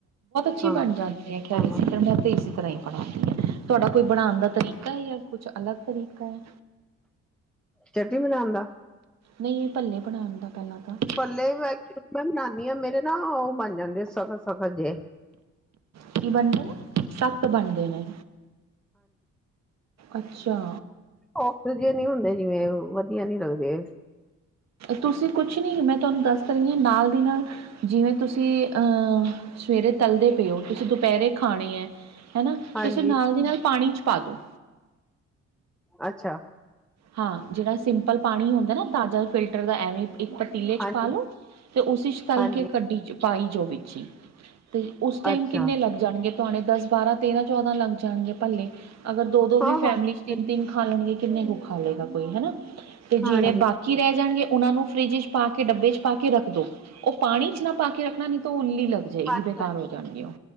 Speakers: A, on the right; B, in the centre.
A: ਅਛੀ
B: ਹਾਂ
A: ਬਣ ਜਾਂਦੇ ਆ
B: ਹਾਂ
A: ਇਸ ਤਰ੍ਹਾਂ, ਮੈਂ ਤੇ ਇਸ ਤਰ੍ਹਾਂ ਹੀ ਬਣਾਉਂਦੀ, ਤੁਹਾਡਾ ਕੋਈ ਬਣਾਉਣ ਦਾ ਤਰੀਕਾ ਹੈ ਜਾਂ ਕੁਛ ਅਲੱਗ ਤਰੀਕਾ ਹੈ
B: ਚਟਨੀ ਬਣਾਉਣ ਦਾ?
A: ਨਹੀਂ, ਪੱਲੇ ਬਣਾਉਣ ਦਾ। ਪਹਿਲਾਂ ਤਾਂ
B: ਪੱਲੇ ਮੈਂ ਬਨਾਉਦੀ ਹਾਂ ਮੇਰੇ ਨਾ ਉਹ ਬਣ ਜਾਂਦੇ ਆ, ਸਖਤ ਸਖਤ ਜਿਹੇ
A: ਕੀ ਬਣਦੇ ਨੇ, ਸਖਤ ਬਣਦੇ ਨੇ। ਅੱਛਾ।
B: ਔ ਜਿਹੇ ਨੀ ਹੁੰਦੇ ਜਿਵੇਂ, ਵਧੀਆ ਨੀ ਲੱਗਦੇ।
A: ਤੁਸੀਂ ਕੁਛ ਨਹੀਂ, ਮੈਂ ਤੁਹਾਨੂੰ ਦੱਸ ਰਹੀ ਹਾਂ ਨਾਲ ਦੀ ਨਾਲ। ਜਿਵੇਂ ਤੁਸੀਂ ਅਹ ਸਵੇਰੇ ਤਲਦੇ ਪਏ ਹੋ, ਤੁਸੀਂ ਦੁਪਹਿਰੇ ਖਾਣੇ ਹੈ। ਹਨਾ,
B: ਹਾਂਜੀ
A: ਤੇ ਫਿਰ ਨਾਲ ਦੀ ਨਾਲ ਪਾਣੀ 'ਚ ਪਾ ਦੋ।
B: ਅੱਛਾ।
A: ਹਾਂ ਜਿਹੜਾ ਸਿੰਪਲ ਪਾਣੀ ਹੁੰਦਾ ਨਾ, ਤਾਜ਼ਾ ਫਿਲਟਰ ਦਾ ਐਵੇਂ ਇੱਕ ਪਤੀਲੇ 'ਚ
B: ਹਾਂਜੀ
A: ਪਾਾਲੋ ਤੇ ਉਸ 'ਚ ਤਲ
B: ਹਾਂਜੀ
A: ਕੇ ਕੱਢੀ ਪਾਈ ਜੋ ਓਸ ਵਿੱਚ ਹੀ। ਤੇ ਉਸ ਟਾਈਮ
B: ਅੱਛਾ
A: ਕਿੰਨੇ ਲੱਗਦੇ, ਜਾਣਗੇ ਤੁਹਾਣੇ ਦਸ, ਬਾਰਾਂ, ਤੇਰਾਂ, ਚੌਦਾਂ ਲੱਗ ਜਾਣਗੇ ਭੱਲੇ, ਅਗਰ ਦੋ ਦੋ
B: ਹਾਂ
A: ਵੀ
B: ਹਾਂ
A: ਫੈਮਲੀ
B: ਹਾਂਜੀ
A: ਤਿੰਨ- ਤਿੰਨ ਖਾ ਲੈਣਗੇ, ਕਿੰਨੇ ਕੁ ਖਾ ਲਏਗਾ ਕੋਈ, ਹਨਾ ਤੇ
B: ਹਾਂਜੀ
A: ਜਿਹੜੇ ਬਾਕੀ ਜੇ ਰਹਿ ਜਾਣਗੇ, ਉਹਨਾਂ ਨੂੰ ਫਰਿਜ ਚ ਪਾ ਕੇ, ਡੱਬੇ ਚ ਪਾ ਕੇ ਰੱਖ ਦੋ ਉਹ ਪਾਣੀ ਚ, ਨਾ ਪਾ ਕੇ ਰੱਖਣਾ ਨਹੀਂ ਤਾਂ, ਉਹ ਉੱਲੀ ਲੱਗ ਜਾਣਗੇ,
B: ਹਾਂਜੀ
A: ਬੇਕਾਰ ਹੋ ਜਾਣਗੇ ਉਹ